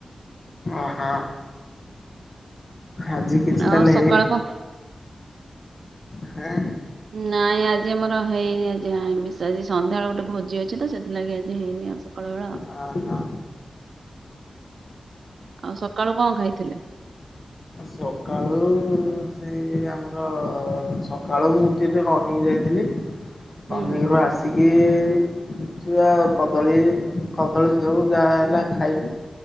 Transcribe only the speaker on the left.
ଓହୋ। ଆଜି କିଛି ତାହେଲେ
ହଁ।
ହଁ ହଁ।
ସକାଳୁ ସେଇ ଆମର ସକାଳୁ ମୁଁ ଉଠିକି ରନିଂ ଯାଇଥିଲି।
ରନିଂ ରୁ ଆସ ଏତିକି ଚୁଆ କଦଳୀ କଦଳୀ ସବୁ ଯାହା ହେଲା ଖାଇବୁ।